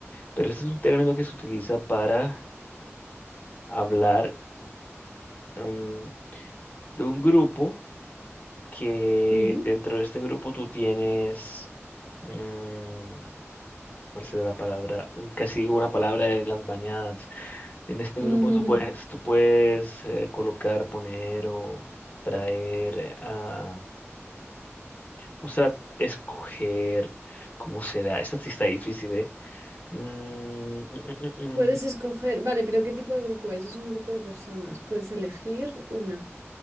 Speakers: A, on the left; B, on the right.
A: Pero ese es un término que se utiliza para hablar mm, de un grupo que
B: Ujú,
A: dentro de este grupo tú tienes, mm, ¿cuál será la palabra? Un- casi digo una palabra de las bañadas. En este
B: ujú.
A: grupo tú puedes, tú puedes eh, colocar, poner o traer, eh, ah, o sea, escoger, ¿cómo será? Esta sí está difícil, ¿eh? Mm, mm,
B: <laughs>
A: mm, mm,
B: Puedes
A: mm.
B: escoger, vale, pero ¿qué tipo de grupo es? Es un grupo de personas. Puedes elegir una,